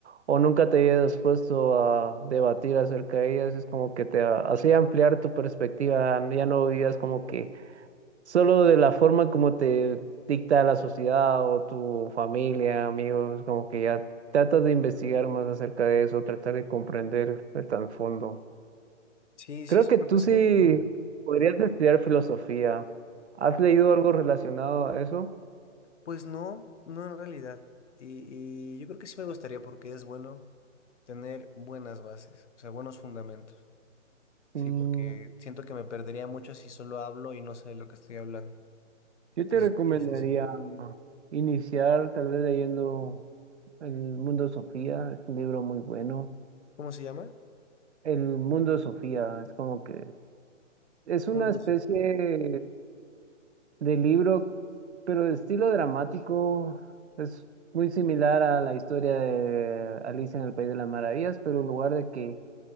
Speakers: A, on the right (about 60°); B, on the left (about 65°).
A: o nunca te habías puesto a debatir acerca de ellas. Es como que te ha- hacía ampliar tu perspectiva, ya no vivías como que solo de la forma como te dicta la sociedad o tu familia, amigos, como que ya tratas de investigar más acerca de eso, tratar de comprender el trasfondo.
B: sí,
A: Creo
B: sí es
A: que
B: un profesor
A: tú sí
B: muy bueno.
A: podrías estudiar filosofía. ¿Has leído algo relacionado a eso?
B: Pues no, no en realidad. Y, y yo creo que sí me gustaría porque es bueno tener buenas bases, o sea, buenos fundamentos. Sí,
A: Mm,
B: porque siento que me perdería mucho si solo hablo y no sé de lo que estoy hablando.
A: yo
B: Entonces,
A: te recomendaría
B: quizás sí.
A: iniciar tal vez leyendo El Mundo de Sofía, es un libro muy bueno.
B: ¿Cómo se llama?
A: El Mundo de Sofía es como que es una
B: Mundo
A: especie
B: Sofía.
A: de libro, pero de estilo dramático es muy similar a la historia de Alicia en el País de las Maravillas, pero en lugar de que